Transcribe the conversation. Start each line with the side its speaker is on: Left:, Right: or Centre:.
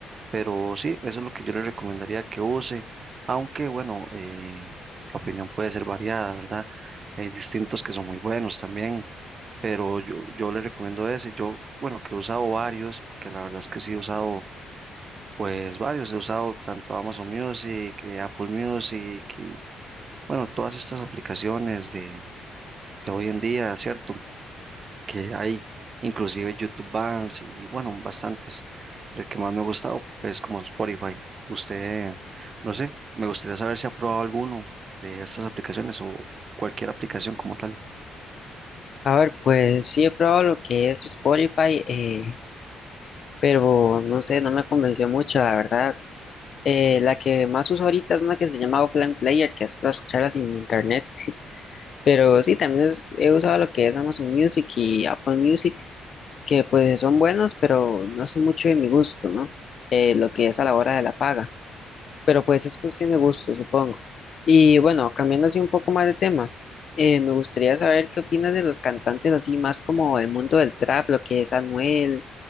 Right: Pero sí, eso es lo que yo le recomendaría que use, aunque bueno, eh, la opinión puede ser variada, ¿verdad? Hay distintos que son muy buenos también, pero yo, yo le recomiendo ese. Yo, bueno, que he usado varios, porque la verdad es que sí he usado, pues varios, he usado tanto Amazon Music, eh, Apple Music y bueno, todas estas aplicaciones de, de hoy en día, ¿cierto? que hay, inclusive YouTube Bands y bueno, bastantes. El que más me ha gustado es como Spotify. Usted, no sé, me gustaría saber si ha probado alguno de estas aplicaciones o cualquier aplicación como tal.
Left: A ver, pues sí he probado lo que es Spotify, eh, pero no sé, no me convenció mucho, la verdad. Eh, la que más uso ahorita es una que se llama Offline Player, que es para escucharla sin internet, pero sí, también es- he usado lo que es Amazon Music y Apple Music. que pues son buenos, pero no son mucho de mi gusto, ¿no? Eh, lo que es a la hora de la paga, pero pues es cuestión de gusto, supongo. Y bueno, cambiando así un poco más de tema, eh, me gustaría saber qué opinas de los cantantes así más como el mundo del trap, lo que es Anuel,